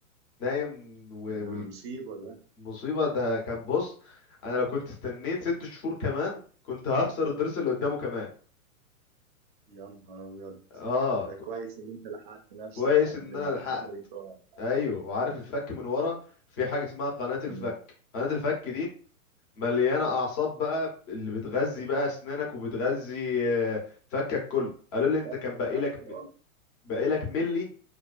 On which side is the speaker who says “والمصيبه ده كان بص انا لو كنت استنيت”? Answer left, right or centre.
Left